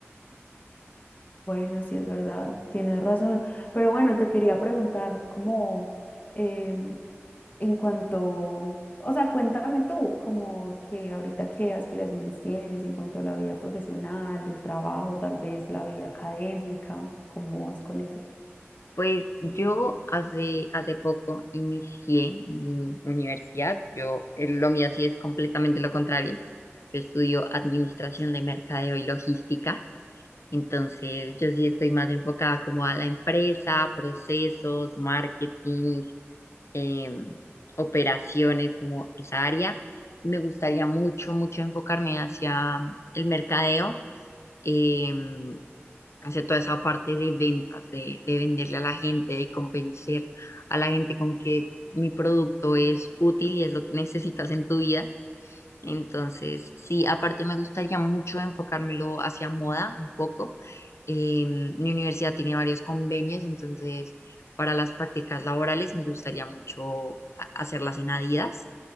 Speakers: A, on the left (about 40°); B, on the left (about 75°).
A: Bueno, sí es verdad, tienes razón. Pero bueno, te quería preguntar cómo, em, en cuanto, o sea, cuéntame tú, como que ahorita qué aspiraciones tienes en cuanto a la vida profesional, del trabajo, tal vez la vida académica, ¿cómo vas con eso?
B: Pues yo hace, hace poco inicié mi universidad. Yo, eh, lo mío sí es completamente lo contrario. Yo estudio administración de mercadeo y logística. Entonces, yo sí estoy más enfocada como a la empresa, procesos, marketing, em, operaciones, como esa área. Me gustaría mucho, mucho enfocarme hacia el mercadeo, em, hacia toda esa parte de ventas, de, de venderle a la gente, de convencer a la gente con que mi producto es útil y es lo que necesitas en tu vida. Entonces, sí, aparte me gustaría mucho enfocármelo hacia moda un poco. Eh, mi universidad tiene varios convenios, entonces para las prácticas laborales me gustaría mucho ha- hacerlas en Adidas.